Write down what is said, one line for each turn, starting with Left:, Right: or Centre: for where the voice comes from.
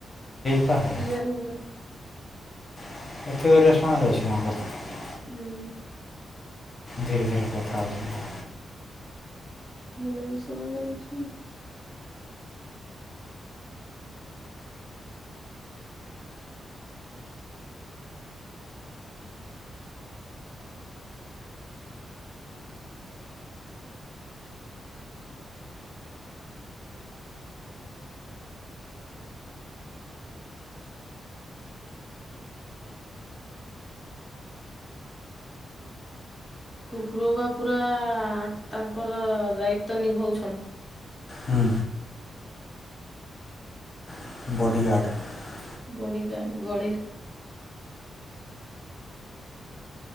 Left: ପାଖରେ
Centre: ପୂଜା ରୁମ୍ ରେ।
Left: <unintelligible>
Centre: ହୁଁ।
Left: ଧୀରେ ଧୀରେ କଥା ହବା।
Centre: ଭଲ ବି ଶୁଣା ଯାଉଛି। କୁକୁର ବା ପୁରା ତାଙ୍କର ପୁରା ଦାୟିତ୍ୱ ନିଭାଉଛନ୍ତି
Left: ହୁଁ। ବଡ଼ିଗାର୍ଡ଼।
Centre: ବଡିଗାର୍ଡ ଗଳିରେ।